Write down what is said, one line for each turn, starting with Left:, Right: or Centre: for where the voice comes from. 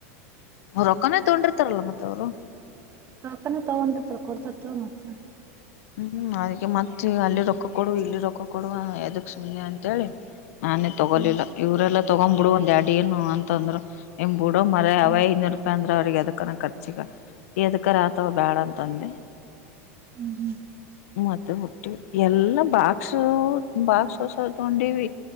Left: ರೊಕ್ಕನೇ ತುಗೊಂಡಿರ್ತಾರಲ್ಲ ಮತ್ತ ಅವರು
Right: ರೋಕಾನ ತಗೊಂಡಿರ್ತ ಕೊಡ್ತಾರತ ಮತ್ತ.
Left: ಹ್ಮ್ ಅದಕ್ಕೆ ಮತ್ತ ಅಲ್ಲಿ ರೊಕ್ಕ ಕೊಡುವ ಇಲ್ಲಿ ರೊಕ್ಕ ಕೊಡುವ ಯದಕ್ ಸುಮ್ನೆ ಅಂತೇಳಿ. ನಾನೇ ತೊಗೋಲಿಲ್ಲ
Right: ಹ್ಮ್
Left: ಇವರೆಲ್ಲ. ತಗೊ್ಬ ಬಿಡು ಒಂದ್ ಅಡ ಏನು ಅಂತಂದ್ರ ಎಂಬ್ ಬಿಡು ಮರ
Right: ಹ್ಮ್
Left: ಅವೈ ಐನೂರು ರೂಪಾಯಿ ಅಂದ್ರ ಅವ್ರಿಗೆ ಅದಕ್ಕನ ಖರ್ಚಗ. ಎದಕರ ಆತಾವ ಬ್ಯಾಡ ಅಂತಂದೆ.
Right: ಹ್ಮ್ ಹ್ಮ್
Left: ಮತ್ತ ಹುಟ್ಟ ಎಲ್ಲಾ ಬಾಕ್ಸ್ ಬಾಕ್ಸ್ ಹೊಸ ತಗೊಂಡ್ವಿ